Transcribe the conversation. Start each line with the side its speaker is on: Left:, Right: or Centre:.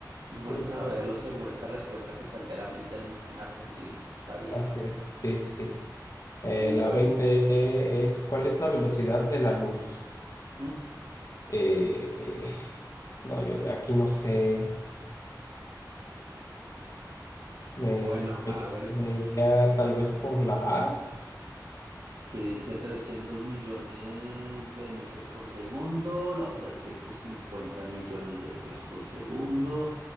Right: es bueno
Left: Sí,
Right: saberlo
Left: sí, sí.
Right: según esta respuesta que está enteramente en, en Argentina, eso está bien.
Left: Así es. Sí, sí, sí. Eh,
Right: Bueno,
Left: la 20 es, ¿cuál es la velocidad de la luz?
Right: mm,
Left: Eh, eh, no, yo de aquí no sé. Me,
Right: bueno,
Left: me,
Right: a ver
Left: me iría tal vez por la A.
Right: que dice 300 millones de metros por segundo, la otra 150 millones de metros por segundo,